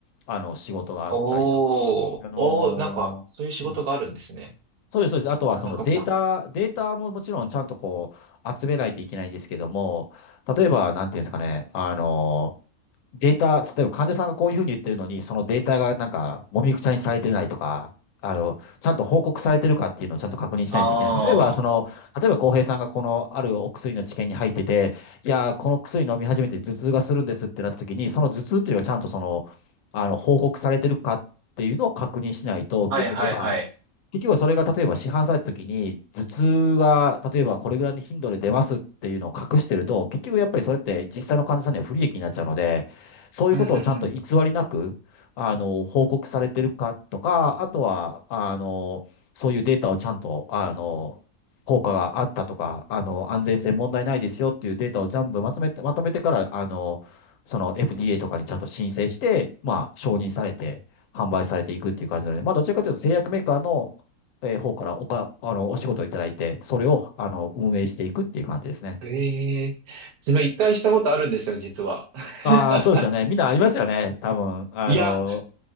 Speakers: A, on the left; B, on the right.
A: あの、仕事があったりとか、
B: おー、
A: あのーうん
B: おー、なんか、そういう仕事があるんですね。
A: そうです、そうです。あとはそのデータ、
B: 知らなかった。
A: データももちろんちゃんとこう集めないといけないんですけども、例えば、なんていうんですかね、あの、データ、例えば患者さんがこういうふうに言ってるのに、そのデータがなんか、もみくちゃにされてないとか、あの、ちゃんと報告されてるかっていうのをちゃんと確認しないといけない。
B: ああ、
A: 例えば、その、例えば、浩平さんがこのあるお薬の治験に入ってて、いやー、この薬飲み始めて頭痛がするんですってなった時に、その頭痛っていうのがちゃんとその、あの、報告されてるかっていうのを確認しないと、
B: はいはいはい。
A: 結局は、結局はそれが例えば市販された時に、頭痛は例えばこれぐらいの頻度で出ますっていうのを隠してると、結局やっぱりそれって実際の患者さんには不利益になっちゃうので、そういうことをちゃんと偽りなく、
B: うんうんうん。
A: あの、報告されてるかとか、あとは、あの、そういうデータをちゃんと、あの、効果があったとか、あの、安全性問題ないですよっていうデータを全部まとめて、まとめてから、あの、その FDA とかにちゃんと申請して、まあ、承認されて、販売されていくっていう感じなので、まあ、どちらかというと製薬メーカーのえー方からおか、あの、お仕事をいただいて、それを、あの、運営していくっていう感じですね。
B: ええ自分一回したことあるんですよ、実は。
A: ああ、
B: <laughs>
A: そうですよね。みんなありますよね。多分、あの、
B: いや、